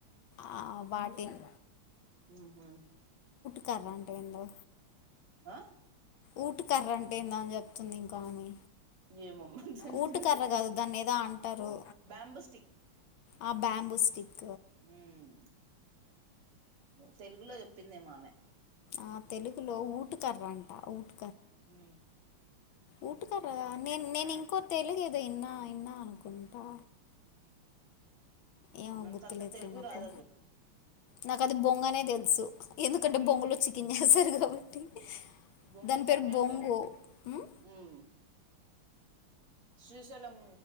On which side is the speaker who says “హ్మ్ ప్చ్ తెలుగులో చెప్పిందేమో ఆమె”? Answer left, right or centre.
Right